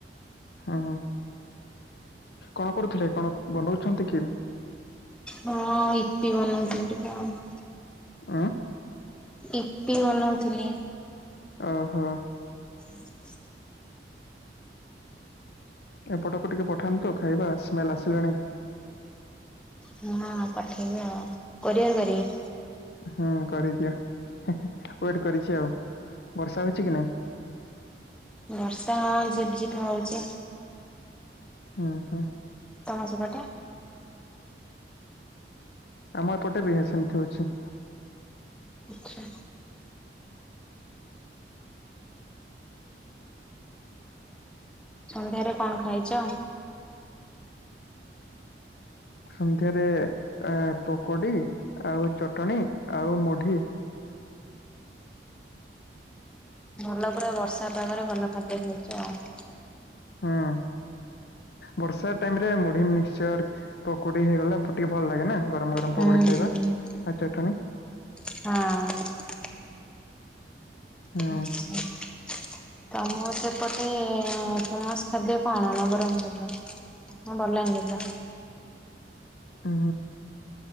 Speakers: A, on the left; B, in the centre.
A: ହଁ କଣ କରୁଥିଲେ କଣ ବନଉଛନ୍ତି କି?
B: ହଁ ଇପି ବନଉ ଥିଲି ତ ଆଉ
A: ଆଁ।
B: ଇପି ବନଉଥିଲି।
A: ଓ ହୋ
B: <inaudible>
A: ଏପଟକୁ ଟିକେ ପଠାନ୍ତୁ ଖାଇବା ସ୍ମେଲ ଆସିଲାଣି।
B: ହଁ ପଠେଇବି ଆଉ କରିଅର୍ କରିବି।
A: ହୁଁ କରିଦିଅ ୱେଟ୍ କରିଛି ଆଉ ବର୍ଷା ହଉଛି କି ନାଇଁ।
B: ବର୍ଷା ଆ ଝିପ୍ ଝିପ୍ ହଉଚି।
A: ହୁଁ ହୁଁ।
B: ତମ ସେପଟେ
A: ଆମ ଏପଟେ ବି ସେମିତି ହଉଛି।
B: ଆଚ୍ଛା। ସନ୍ଧ୍ୟାରେ କଣ ଖାଇଛ?
A: ସନ୍ଧ୍ୟାରେ ପକୋଡ଼ି ଆଉ ଚଟଣି ଆଉ ମୁଢ଼ି।
B: ଭଲ ପୁରା ବର୍ଷା ପାାଗରେ ଭଲ ଖାଦ୍ୟ ଖାଇଛ ଆଉ।
A: ହଁ। ବର୍ଷା ଟାଇମ ରେ ମୁଢି ମିକ୍ସଚର ପକୋଡି ହେଇଗଲା ଟିକେ ଭଲ ଲାଗେ ନା ଗରମ୍ ଗରମ। ଆରମ
B: ହୁଁ
A: ପକଡ଼ି ଖାଇବା ଆଉ ଚଟଣି।
B: ଆଁଉଁ
A: ହୁଁ
B: <unintelligible> ତମର ସେପଟେ ଫେମସ୍ ଖାଦ୍ୟ କଣ ନବରଙ୍ଗପୁରରେ। ହଁ ବଲଙ୍ଗୀଧ
A: ଓ